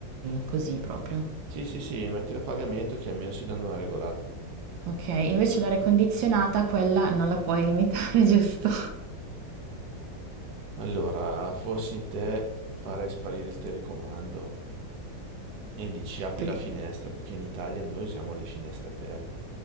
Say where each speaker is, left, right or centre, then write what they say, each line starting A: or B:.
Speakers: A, on the right; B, on the right.
A: così proprio.
B: Sì, sì, sì, mettila a pagamento che almeno si danno una regolata.
A: Ok, invece l'aria condizionata quella non la puoi limitare, <laughs> giusto?
B: Allora, fossi in te, farei sparire il telecomando e dici apri
A: Perché
B: la finestra perché in Italia noi usiamo le finestre aperte.